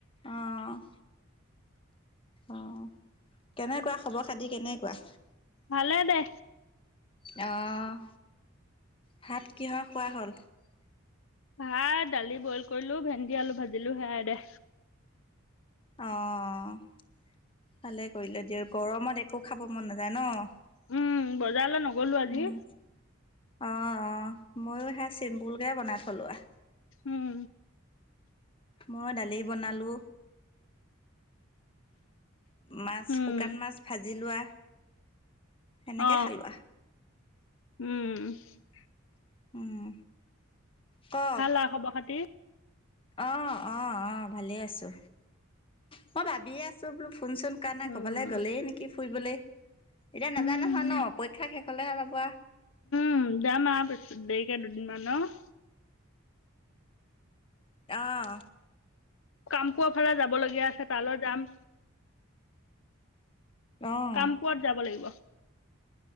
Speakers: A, on the left; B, on the left.
A: আহ আহ কেনেকুৱা খবৰ খাতি কেনেকুৱা
B: ভালে দে
A: অঁ ভাত কিহ খোৱা হ'ল
B: ভাত দালি বইল কৰিলো ভেন্দি আলু ভাজিলো সেয়াই দে
A: অ ভালে কৰিলে দিয় গৰমত একো খাব মন নাযায় ন
B: উম বজাৰলৈ নগলো আজি
A: উম অ অ ময়ো সে চিম্পুলকে বনাই থলো আহ
B: উম
A: মই দালি বনালো মাছ শুকান
B: উম
A: মাছ ভাজি লোৱা সেনেকে
B: অ
A: খালোঁোৱা
B: উম
A: উম। কওক
B: ভাল আৰু খবৰ খাতি।
A: অ', অ', অ', ভালেই আছো মই ভাবিয়ে আছো বোলো ফোনচোন কৰা নাইণ
B: উম
A: ক'বলৈ গ'লেই নেকি ফুৰিবলৈ। এতিয়া নাজায়
B: উম
A: নহয় ন', পৰীক্ষা শেষ হ'লেহে যাব।
B: উম যাম আৰু পিছত দেৰিকে দুদিনমানান অ'।
A: আহ।
B: কামপুৰৰ ফালে যাব লগীয়া আছে তালৈ যাম।
A: অ'।
B: কামপুৰত যাব লাগিব।